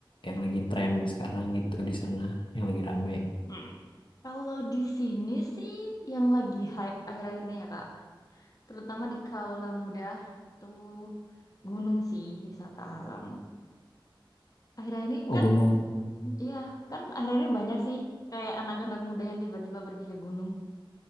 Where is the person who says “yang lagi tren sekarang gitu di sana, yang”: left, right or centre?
Left